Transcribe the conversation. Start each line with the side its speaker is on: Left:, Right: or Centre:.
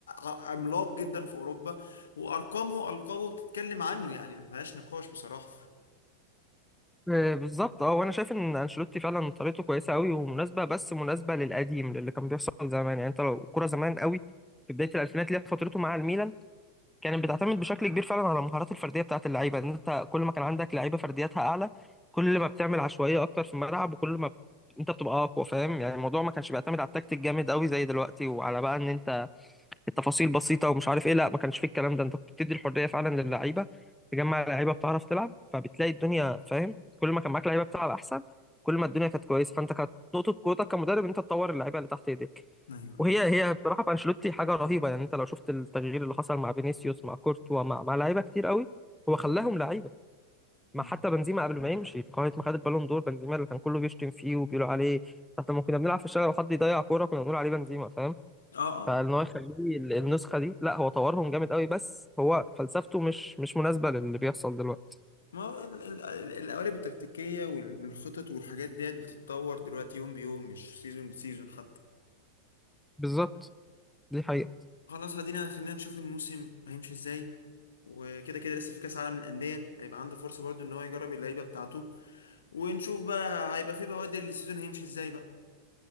Left: ع- عملاق جدا في اوروبا وارقامه القابه بتتكلم عنه يعني ما فيهاش نقاش بصراحه
Centre: آه، بالظبط اه وانا شايف ان انشيلوتي فعلا طريقته كويسه قوي ومناسبه بس مناسبه للقديم للي كان بيحصل زمان يعني انت لو الكوره زمان قوي في بدايه الالفينات اللي هي فترته مع الميلان كانت بتعتمد بشكل كبير فعلا على المهارات الفرديه بتاعت اللعيبه ان انت كل ما كان عندك لعيبه فردياتها اعلى كل ما بتعمل عشوائيه اكتر في الملعب وكل ما ب- انت بتبقى اقوى فاهم يعني الموضوع ما كانش بيعتمد على التكتيك جامد قوي زي دلوقتي وعلى بقى ان انت التفاصيل بسيطه ومش عارف ايه لا ما كانش فيه الكلام ده انت كنت بتدي الحريه فعلا للعيبه تجمع لعيبه بتعرف تلعب فبتلاقي الدنيا فاهم كل ما كان معاك لعيبه بتلعب احسن كل ما الدنيا كانت كويسه فانت كانت نقطه قوتك كمدرب انت تطور اللعيبه اللي تحت ايديك
Left: ايوه
Centre: وهي
Left: ايوه
Centre: هي بصراحه في انشيلوتي حاجه رهيبه يعني انت لو شفت التغيير اللي حصل مع فينيسيوس مع كورتوا مع مع لعيبه كتير قوي هو خلاهم لعيبه
Left: مم.
Centre: ما حتى بنزيما قبل ما يمشي في قائمه ما خد البالون دور بنزيما اللي كان كله بيشتم فيه وبيقولوا عليه احنا لما كنا بنلعب في الشارع وحد يضيع كوره كنا بنقول عليه بنزيما فاهم
Left: اه اه
Centre: فان هو يخليه ال- النسخه دي لا هو طورهم جامد قوي بس هو فلسفته مش مش مناسبه للي بيحصل دلوقتي
Left: ما هو ال- ال- ال- القوالب التكتيكيه وال- والخطط والحاجات ديت بتتطور دلوقتي يوم بيوم مش سيزون بسيزون حتى
Centre: بالظبط دي حقيقه
Left: خلاص خلينا خلينا نشوف الموسم هيمشي ازاي وكده كده لسه في كاس عالم للانديه هيبقى عنده فرصه برضو ان هو يجرب اللعيبه بتاعته ونشوف بقى هيبقى في بوادر للسيزون هيمشي ازاي بقى